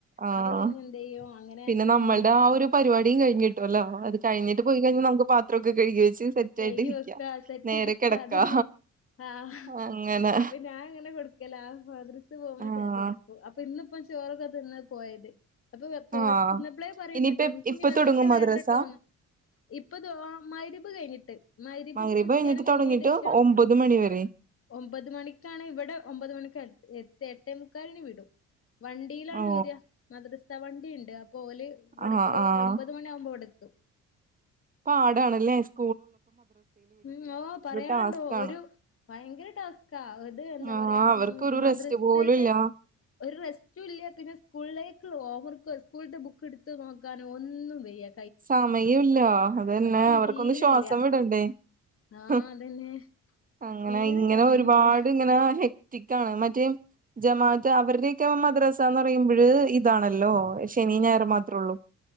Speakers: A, on the right; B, on the left.
A: ആഹ്
B: അപ്പോ പിന്നെ എന്തെയ്യും അങ്ങനെ
A: പിന്നെ നമ്മൾടെ
B: നേ
A: ആ ഒരു പരിപാടിയും കഴിഞ്ഞ് കിട്ടുല്ലോ അത് കഴിഞ്ഞിട്ട് പോയി കഴിഞ്ഞ നമക്ക് പാത്രൊക്കെ കഴുകി വെച്ച് സെറ്റ്
B: കെയ്കി
A: ആയിട്ട് ഇരിക്കാം
B: വെക്കാ സെറ്റ്
A: നേരെ
B: ആക്കാ
A: കിടക്കാ
B: അതെന്നെ ആഹ്
A: അങ്ങനെ
B: അപ്പോ ഞാൻ ഇങ്ങനെ കൊടുക്കലാ മദ്രസ പോവുമ്പം
A: ആഹ്
B: ചെ കൊടുക്കും. അപ്പോ ഇന്നിപ്പം ചോറൊക്കെ തിന്ന് പോയത്. അപ്പോ വെ പോയ
A: ആഹ്
B: തിന്നപ്പളേ പറയിണ്ട്
A: ഇനിയിപ്പ
B: ട്ടോ ഇനിക്കി
A: ഇപ്പ
B: ഇനി വന്നിട്ട്
A: തുടങ്ങും മദ്രസ
B: വേണ്ടട്ടോന്ന്. ഇപ്പോ ദ്വാ മകരിമ്പ് കഴിഞ്ഞിട്ട്. മകരിബിന്റെ
A: മഗ്‌രിബ്
B: നിസ്കാരം
A: കഴിഞ്ഞിട്ട്
B: കഴിഞ്ഞേന്റേഷം
A: തുടങ്ങിട്ട് ഒമ്പത് മണി വരെ
B: ഒമ്പത് മണിക്കാണ് ഇവിടെ ഒമ്പത് മണിക്ക് എ എത്താ എട്ടേമുക്കാലിന് വിടും. വണ്ടിയിലാണ്
A: ഓ
B: വരാ മദ്രസാ വണ്ടിണ്ട് അപ്പോ ഓല് ഇവിടക്ക്
A: ആഹ് ആഹ്
B: എമ്പത് മ ണിയാവുമ്പോ ഇവടെത്തും.
A: പാടാണല്ലേ സ്
B: ഉം ഓഹ് പറയാണ്ടോ
A: ടാസ്കാണ്
B: ഒരു ഭയങ്കര ടാസ് ക്കാ ഇത് എന്താ
A: ആഹ്
B: പറയാ ഉം
A: അവർക്ക് ഒരു
B: മദ്രസേത്തെ
A: റെസ്റ്റ് പോലും ഇല്ല
B: ഒര് റെസ്റ്റുല്ലാ പിന്നെ സ്കൂളിലേക്ക് ഓവർക്കോ സ്കൂളത്തെ ബുക്ക് എടുത്ത് നോക്കാനും ഒന്നും വെയ്യാ.
A: സമയുല്ല അത് തന്നെ അവർക്കൊന്ന്
B: തീരില്ല
A: ശ്വാസം വിടണ്ടേ?
B: ആഹ്
A: ഉം
B: അതന്നെ
A: അങ്ങനെ
B: തീരെ
A: ഇങ്ങനെ
B: ടൈമില്ല
A: ഒരുപാട് ഇങ്ങനെ ഹെ ക്റ്റിക്കാണ് മറ്റേ ജമാ അത്ത അവര്ടെയൊക്കെ മദ്രാസാ എന്ന് പറയുമ്പഴ് ഇതാണല്ലോ ശനിയും ഞായറും മാത്രേള്ളൂ.